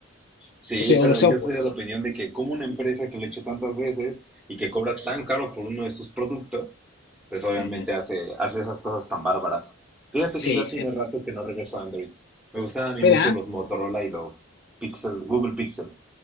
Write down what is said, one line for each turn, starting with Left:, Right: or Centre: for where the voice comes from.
Centre: Sí,
Left: o sea,
Centre: pero
Left: o de software.
Centre: yo soy de la opinión de que como una empresa que lo he hecho tantas veces y que cobra tan caro por uno de sus productos, pues obviamente
Left: Ujú.
Centre: hace, hace esas cosas tan bárbaras. Fíjate
Left: Sí,
Centre: que yo ya
Left: sí.
Centre: tiene rato que no regreso a Android. Me gustan a mí
Left: Mira,
Centre: mucho los Motorola y los Pixel, Google Pixel.